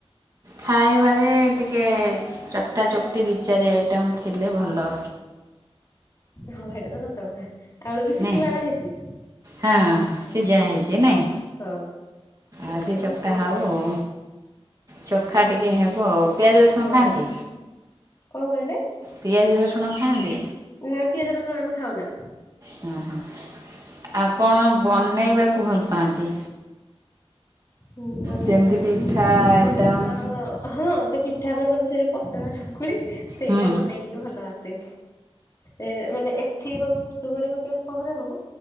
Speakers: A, on the right; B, on the left.
A: ଖାଇବାରେ ଟିକେ ଚକ୍ଟା ଚକ୍ଟି ଦି ଚାରି ଆଇଟମ୍ ଥିଲେ ଭଲ।
B: ହଁ ସେଇଟା ତ ସତ କଥା। ଆଳୁ ବି ସିଟି
A: ନାଇଁ
B: ମାରା ହେଇଛି।
A: ହଁ ସିଝା ହେଇଛି ନାଇଁ?
B: ହଁ।
A: ଆଉ
B: ଖାଇବା
A: ସେ ଚକ୍ଟା
B: ମିଶେଇକି
A: ହବ
B: ଖାଇବା
A: ଆଉ। ଚୋଖା ଟିକେ ହେବ ଆଉ। ପିଆଜ ରସୁଣ
B: ହଁ
A: ଖାଆନ୍ତି?
B: କଣ କହିଲେ
A: ପିଆଜ ରସୁଣ ଖାଆନ୍ତି?
B: ନାଁ ପିଆଜ ରସୁଣ ଆମେ ଖାଉନା।
A: ହଁ ହଁ ଆଉ କଣ ବନେଇବାକୁ ଭଲ ପାଆନ୍ତି?
B: ହୁଁ ବନେଇଆ
A: ଯେମିତି
B: ପାଇଁ
A: ପିଠା ଆଇଟମ୍
B: ମତେ ତ ହଁ ସେ ପିଠା <unintelligible> ସେ ଯୋଉ ପତଳା ଚକୁଳି ସେଇଟା
A: ହୁଁ
B: ବନେଇ ଟିକେ ଭଲ ଆସେ। ଏ ମାନେ ଏଇଠି ହଉ ଶାଶୁ ଘରେ ହଉ କି ବାପଘରେ ହଉ